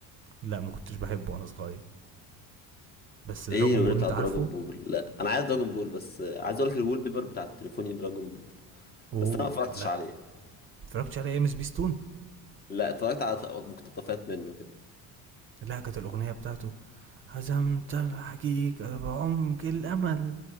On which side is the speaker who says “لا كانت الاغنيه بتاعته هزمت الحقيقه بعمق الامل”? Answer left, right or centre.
Right